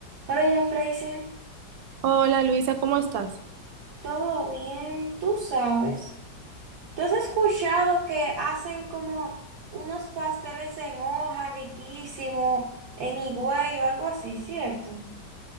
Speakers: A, on the right; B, on the right.
A: Ahora ya, Freisen,
B: Hola Luisa, ¿cómo estás?
A: todo bien, tú sabes. ¿Tú has escuchado que hacen como unos pasteles en hoja riquísimos, en higüey o algo así, ¿cierto?